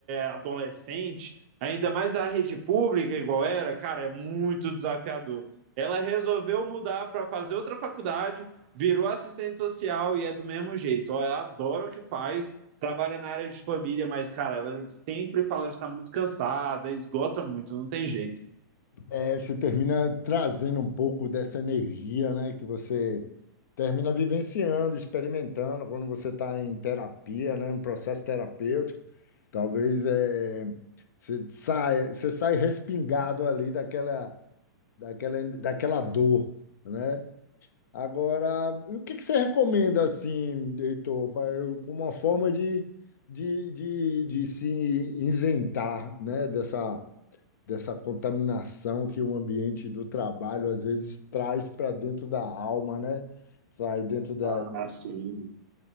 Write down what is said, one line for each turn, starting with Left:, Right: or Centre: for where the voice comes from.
Right: adolescente ainda mais a rede pública, igual era, cara, é muito desafiador. Ela resolveu mudar para fazer outra faculdade, virou assistente social e é do mesmo jeito. Ó, Ela adora o que faz, trabalha na área de família, mas, cara, ela sempre fala de estar muito cansada, esgota muito, não tem jeito.
Left: É, você termina trazendo um pouco dessa energia, né? Que você termina vivenciando, experimentando quando você está em terapia, né? Um processo terapêutico. Talvez é Você sai, você sai respingado ali daquela, daquela, daquela dor, né? Agora, o que que você recomenda, assim, Heitor, pra eu- como uma forma de, de, de, de se isentar, né, dessa, dessa contaminação que o ambiente do trabalho, às vezes, traz para dentro da alma, né? Sai dentro da...
Right: Ah, sim.